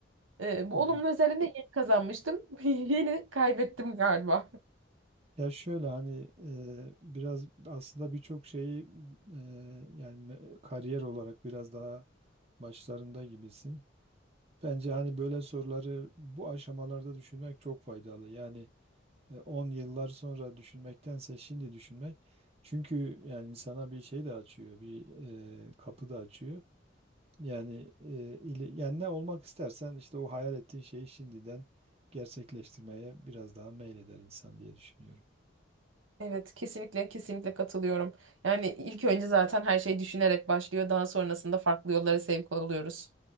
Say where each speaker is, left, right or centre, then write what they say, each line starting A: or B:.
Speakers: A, on the right; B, on the right.
A: E, bu
B: Evet.
A: olumlu özelliğini de yeni kazanmıştım. <laughs> Yeni kaybettim galiba.
B: Ya şöyle hani e, biraz aslında birçok şeyi e, yani me- kariyer olarak biraz daha başlarında gibisin. Bence hani böyle soruları bu aşamalarda düşünmek çok faydalı. Yani e, 10 yıllar sonra düşünmektense şimdi düşünmek. Çünkü yani insana bir şey de açıyor, bir e, kapı da açıyor. Yani e, ile- yani ne olmak istersen işte o hayal ettiğin şeyi şimdiden gerçekleştirmeye biraz daha meyleder insan diye düşünüyorum.
A: Evet, kesinlikle kesinlikle katılıyorum. Yani ilk önce zaten her şey düşünerek başlıyor. Daha sonrasında farklı yollara sevk oluyoruz.